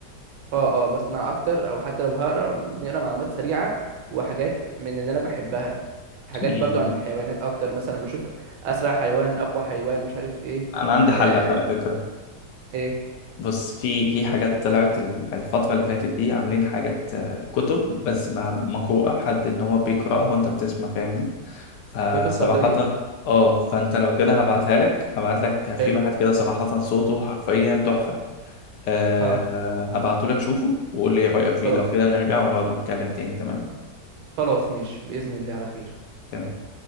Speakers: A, on the right (about 80°); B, on the left (about 80°).
A: اه اه بسمع اكتر او حتى لو هقرا بنقرا معلومات سريعه وحاجات من اللي انا بحبها حاجات
B: مم.
A: برضو عن الحيوانات اكتر مثلا بشوف اسرع حيوان اقوى حيوان مش عارف ايه
B: انا عندي حلك
A: آه
B: على فكرة
A: ايه
B: بص في في حاجات طلعت ال- الفترة اللي فاتت دي عاملين حاجات آه، كتب بس ما- مقروءة حد ان هو بيقرأها وانت بتسمع فاهمني فصراحة
A: كتب صوتيه
B: اه فانت لو كده
A: امم
B: هبعتها لك هبعت لك في
A: حلو
B: واحد كده صراحة صوته حرفيا تحفة أه
A: اه
B: هبعته لك شوفه وقول لي ايه رأيك فيه
A: خلاص
B: لو كده نرجع ونقعد نتكلم تاني تمام
A: خلاص ماشي باذن الله على خير
B: تمام